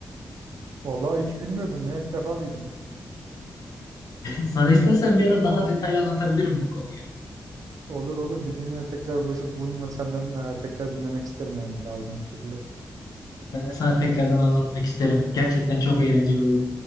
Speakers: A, on the right; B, on the left.
A: vallahi hiç bilmiyordum ya ilk defa duydum.
B: Sana istersen bir ara daha detaylı anlatabilirim bu konuyu.
A: Olur olur bir gün yine tekrar buluşup bunu da senden e, tekrar dinlemek isterim yani daha uzun şekilde.
B: Ben sana tekrardan anlatmak isterim. Gerçekten çok eğlenceli olur.